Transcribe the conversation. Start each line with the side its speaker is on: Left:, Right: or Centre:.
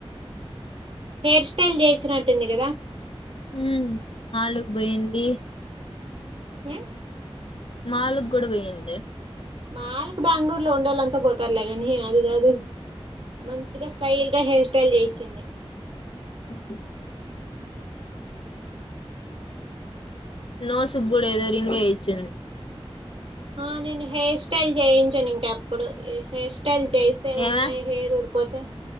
Right: హెయిర్ స్టైల్ జయించినట్టుంది కదా
Left: హ నాలుగు పోయింది
Right: హ
Left: మాలు కూడా పోయింది
Right: మాలకు బెంగళూరులో ఉండేళ్ళంతా పోతారులే కానీ అది కాదు మంచిగా స్టైల్ గా హెయిర్ స్టైల్ చేయించింది
Left: హ న సుగగుడ ఏదో రింగే వచ్చింది
Right: ఆ నేను హెయిర్ స్టైల్ చేయించాను ఇంకా ఎప్పుడు హెయిర్ స్ చేస్తే
Left: ఏమే
Right: ఉన్నాయి హెరు ఉ పోతే